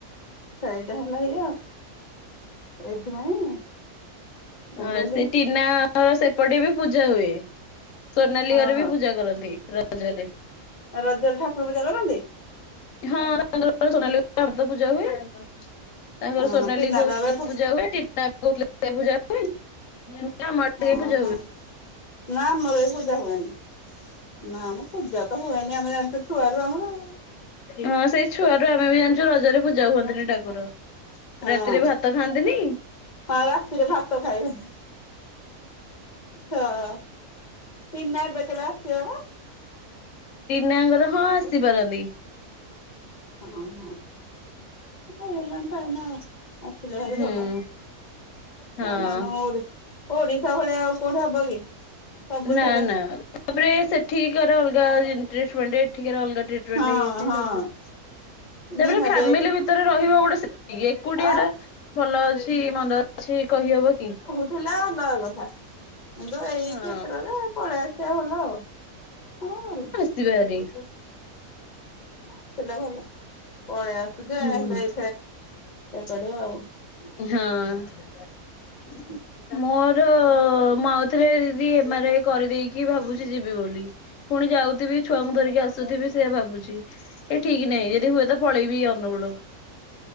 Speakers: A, on the left (about 50°); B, on the left (about 70°).
A: ସେଇଟା ହେଲା ଇଏ, ଏଇଥିପାଇଁ ମୁଁ
B: ହ
A: କହିଲି
B: ସେ ଟିନା ର ସେପଟେ ବି ପୂଜା ହୁଏ। ସୋନାଲି
A: ହଁ
B: ଘରେ
A: ହଁ
B: ବି ପୂଜା କରନ୍ତି ର ଜରେ।
A: ରଜରେ ଠାକୁର ପୂଜା କରନ୍ତି।
B: ହଁ ତାଙ୍କ <inaudible> ପୂଜା ହୁଏ। ତାଙ୍କର
A: ଓହୋ
B: ସୋନାଲି
A: ତିନା
B: କହୁଥିଲେ
A: ତ ଏବେ ହଁ
B: ପୂଜା ହୁଏ <inaudible> ସେ ପୂଜା ହୁଏନି। ଆମ ଆଡେ
A: ଓ
B: କାଇଁ ପୂଜା
A: ହୋ ନା ଆମର ଏ ପୂଜା ହୁଏନି। ନା ମ ପୂଜା ତ ହୁଏନି ଆମେ ଜାଣିଛୁ ଛୁଆ ରୁ ଆମର।
B: ହଁ ସେ ଛୁଆ ରୁ ଆମେ ବି ଜାଣିଛୁ ରଜରେ ପୂଜା ହୁଅନ୍ତିନି ଠାକୁର।
A: ହଁ।
B: ରାତିରେ ଭାତ ଖାଆନ୍ତିନି।
A: ହଁ ରାତିରେ ଭାତ ଖାଇବନି ହଁ ଟିନା ଏବେ କେବେ ଆସିବ ମ।
B: ଟିନାଙ୍କର ହଁ ଆସିପାରନ୍ତି।
A: ହଁ ହଁ। ଆସିଲେ ଭାରି
B: ହୁଁ
A: ଭଲ ନହେଲେ
B: ହଁ
A: ଆମ ଓଡିଶା ଭଳିଆ ଆଉ କୋଉଠେ ହବ କି? ସବୁଥେରେ
B: ନା ନା। ତାପରେ ସେଠିକାର ଅଲଗା <unintelligible> ଏଠିକା ର ଅଲଗା ଟ୍ରେ <unintelligible>
A: ହଁ ହଁ
B: ସବୁ ତାପରେ
A: ନିହାତି
B: ଫାମିଲି
A: ଏଇଠି
B: ଭି ରେ ରହିବ ଗୋଟେ ସେ ଏକୁଟିଆ
A: ଆଉ
B: ଟା ଭଲ ଅଛି ମନ୍ଦ ଅଛି କହି ହବ କି।
A: ଥିଲା ଆଉ ନୟା କଥା। କିନ୍ତୁ ଏଇ
B: ହଁ।
A: କ୍ଷେତ୍ରରେ ପଳେଇ ଆସିବା ଭଲ ଆଉ। <unintelligible>
B: ଯିବେ ଭାରି।
A: ଆସିଲା ଭଲ ପଳେଇ ଆସୁଚେ
B: ହୁଁ
A: <unintelligible> କରିବା ଆଉ।
B: ହଁ।
A: ହୁଁ।
B: ମୋର ମୁଁ ଆଉ ଥରେ ଦି ଏମ ରା ଇ କରିଦେଇକି ଭାବୁଛି ଯିବି ବୋଲି। ପୁଣି ଯାଉ ଥିବି ଛୁଆଙ୍କୁ ଧରିକି ଆସୁଥିବି ସେଇଆ ଭାବୁଛି ଏ ଠିକ ନାହିଁ ଯଦି ହୁଏ ତ ପଳେଇବି ଅନୁଗୁଳୁ।